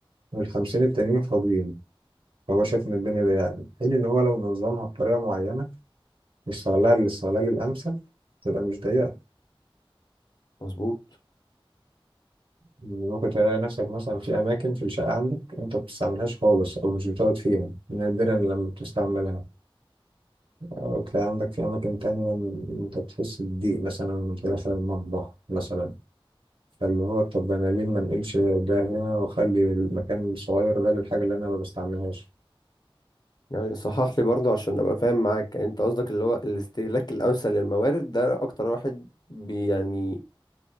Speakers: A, on the right; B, on the left.
A: والخمسين التانيين فاضيين فهو شايف ان الدنيا ضيقة في حين ان هو لو نظمها بطريقة معينة واستغلها للاستغلال الأمثل تبقى مش ضيقة
B: مظبوط
A: ممكن تلاقي نفسك مثلا في أماكن في الشقة عندك أنت ما بتستعملهاش خالص أو مش بتقعد فيها نادرا لما بتستعملها أو تلاقي عندك في أماكن تانية إن أنت بتحس بضيق مثلا وأنت داخل المطبخ مثلا فاللي هو طب أنا ليه ما نقلش ده هنا وأخلي المكان الصغير ده للحاجة اللي أنا ما بستعملهاش
B: يعني صحح لي برضه عشان ابقى فاهم معاك يعني انت قصدك اللي هو الاستهلاك الامثل للموارد ده اكتر واحد بي يعني